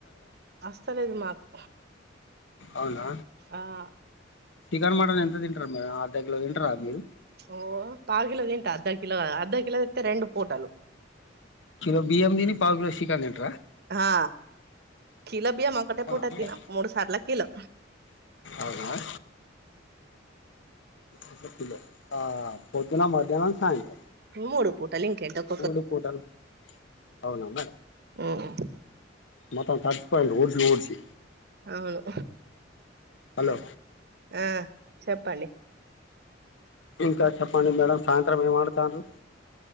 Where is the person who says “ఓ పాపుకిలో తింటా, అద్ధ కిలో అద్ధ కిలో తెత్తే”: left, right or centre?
Right